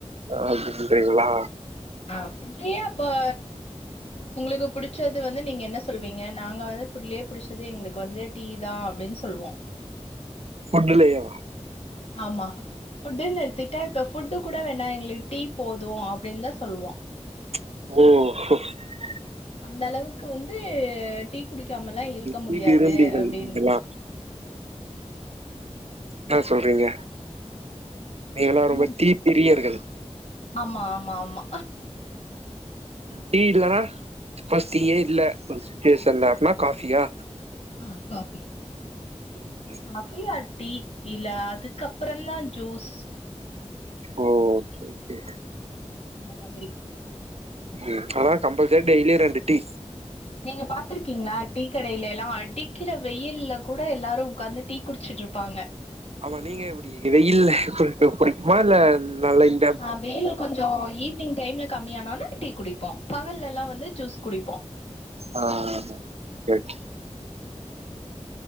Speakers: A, on the right (about 60°); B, on the left (about 60°).
A: அப்டின்றீங்ளா
B: அப்டியாப்பே உங்ளுக்கு புடிச்சது வந்து நீங்க என்ன சொல்வீங்க நாங்க வந்து ஃபுல்லியே புடிச்சது எங்ளுக்கு வந்து டீ தா அப்டின் சொல்வோ
A: ஃபுட்டுலேவா
B: ஆமா ஃபுட்டுன்னு எட்த்துகிட்டா இப்ப ஃபுட்டு கூட வேணா எங்ளுக்கு டீ போது அப்டின்தா சொல்வோ
A: ம்
B: அந்தளவுக்கு வந்து டீ குடிக்காமலா இருக்க
A: டீ
B: முடியாது
A: விரும்பிகள்
B: அப்டின்
A: நீங்களா னா சொல்றீங்க நீங்களா
B: என்னங்
A: ரொம்ப டீப் பிரியர்கள்
B: ஆமா ஆமா ஆமா
A: டீ இல்லனா ப்பாஸ் டீயே இல்ல ஒரு சுச்சுவேஷன்ல அப்புனா காஃபியா
B: ஆ coffee
A: um
B: coffee or tea இல்ல அதுக்கப்பறந்தா ஜூஸ்
A: ஓ ஓகே ஓகே
B: அந்த மாதிரி
A: ம் ஆனா கம்பல்சரி டெய்லி ரெண்டு டி
B: நீங்க பாத்ருக்கீங்ளா டீ கடைல எல்லா அடிக்கிற வெயில்ல கூட எல்லாரு உக்காந்து டீ குடிச்சிட்ருப்பாங்க
A: ஆமா நீங்க எப்டி வெயில்ல குடிக்க பிடிக்குமா இல்ல நல்லயி
B: ஆ வெயில்ல கொஞ்சோ ஈவி்னிங் டைம்ல கம்மியானோன டீ குடிப்போ பகல்ல எல்லா வந்து ஜூஸ் குடிப்போ
A: ஆ ஓகே ஓகே